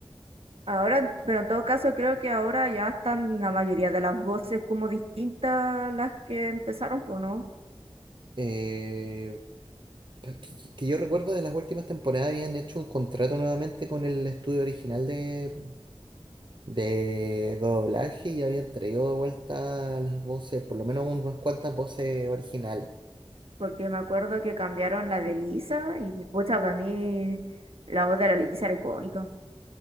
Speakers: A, on the right; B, on the right.
A: Ahora,
B: Y,
A: pero en todo caso creo que ahora ya están la mayoría de las voces como distintas las que empezaron, pues no,
B: eh, que, que- que yo recuerdo de las últimas temporadas habían hecho un contrato nuevamente con el estudio original de, de doblaje y habían traído de vuelta las voces, por lo menos unas cuantas voces originales.
A: porque me acuerdo que cambiaron la de Lisa y pucha, para mí la voz de la Lisa era icónica.